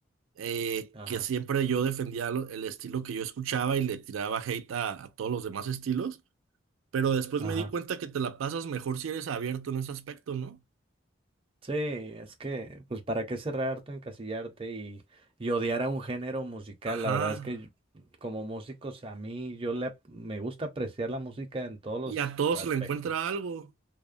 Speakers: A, on the right; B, on the right.
A: eh,
B: Ajá.
A: que siempre yo defendía lo- el estilo que yo escuchaba y le tiraba hate a, a todos los demás estilos. Pero después
B: Ajá.
A: me di cuenta que te la pasas mejor si eres abierto en ese aspecto, ¿no?
B: Sí, es que, pues, ¿para qué cerrarte, encasillarte y, y odiar a un género musical?
A: Ajá.
B: La verdad es que yo- como músicos, a mí yo le, ap- me gusta apreciar la música en todos
A: Y a todos
B: los aspectos.
A: se le encuentra algo,